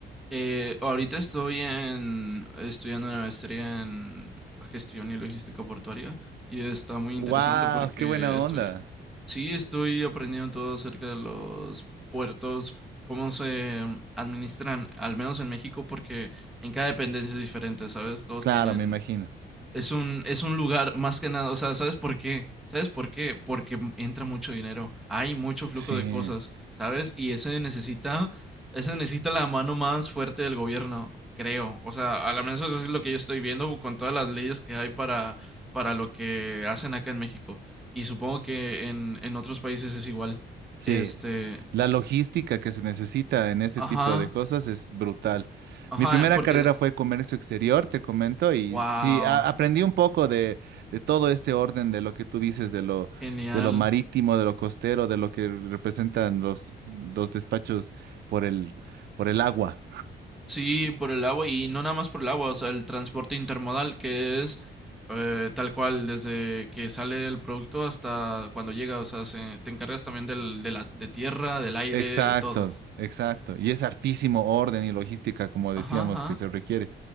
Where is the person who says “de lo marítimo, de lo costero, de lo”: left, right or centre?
Right